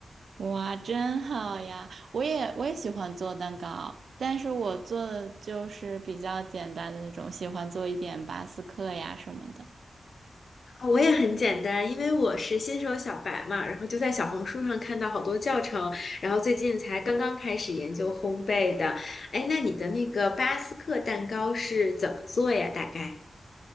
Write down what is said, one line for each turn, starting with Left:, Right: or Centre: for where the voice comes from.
Right: 哇，真好呀！我也我也喜欢做蛋糕，但是我做的就是比较简单的那种，喜欢做一点巴斯克呀什么的。
Left: 我也很简单，因为我是新手小白嘛，然后就在小红书上看到好多教程，然后最近才刚刚开始研究烘焙的。哎，那你的那个巴斯克蛋糕是怎么做呀？大概？